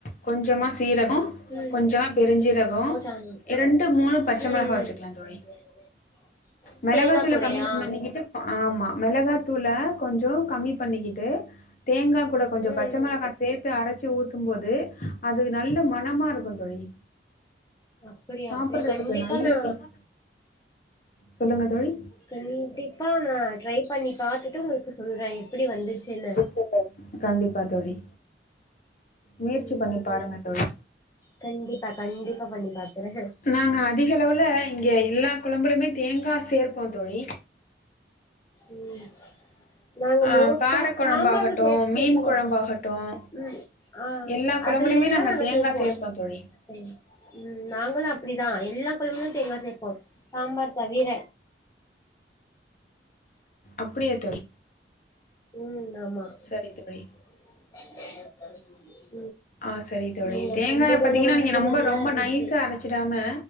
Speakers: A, on the left (about 45°); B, on the left (about 20°).
A: கொஞ்சமா சீரகோ
B: ம்
A: கொஞ்சமா பெருஞ்சீரகோ
B: ஓச்சானு ம்
A: இரண்டு மூணு பச்ச
B: ம்
A: மெளகா
B: ம்
A: வச்சுக்கலா தோழி
B: <unintelligible>
A: மெளகாத்தூள
B: தேங்கா கூடயா
A: கம்மி பண்ணிகிட்டு ஆமா மெளகாத்தூள கொஞ்சோ கம்மி பண்ணிக்கிட்டு தேங்கா கூட கொஞ்சோ
B: ம்
A: பச்ச மிளகா சேத்து அரச்சு ஊத்தும் போது அது நல்லா மனமாருக்கு தோழி
B: அப்டியா
A: சாப்பிட்றதுக்கு
B: அப்டியா கண்டிப்பா
A: நல்ல
B: நா
A: ருஸ் சொல்லுங்க தோழி
B: கண்டிப்பா நா ட்ரை பண்ணி பாத்துட்டு உங்களுக்கு சொல்றே எப்புடி வந்துச்சுன்னு
A: சூப்பர் கண்டிப்பா தோழி முயற்சி
B: ம்
A: பண்ணி பாருங்க தோழி.
B: கண்டிப்பா கண்டிப்பா பண்ணி பாக்குறே
A: நாங்க அதிகலவுல இங்க எல்லா கொழம்புலமே தேங்கா சேர்ப்போ தோழி
B: ம் நாங்க
A: ஆ
B: மோஸ்டா
A: கார குழம்பாகட்டும்
B: சாம்பார்ல சேக் சேக்க
A: மீன் குழம்பாகட்டும்
B: மாட்டோ ம் ஆ
A: எல்லா குழம்புலயுமே
B: அதுல இல்லா
A: நாங்க தேங்கா
B: சேப்போ
A: சேர்ப்போம் தோழி
B: ம் நாங்களு அப்டிதா எல்லா குழம்ளயு தேங்கா சேப்போ சாம்பார் தவிர
A: அப்டியா தோழி
B: ம் ஆமா
A: சரி தோழி
B: <unintelligible>
A: ஆ சரி தோழி
B: நீங்க
A: தேங்காய
B: சொன்னதெல்லா
A: பாத்தீங்கன்னா
B: ரொம்ப
A: நீங்க நொம்ப
B: நல்லா
A: ரொம்ப
B: இருந்துச்சு
A: நைசா அர ச்சிராம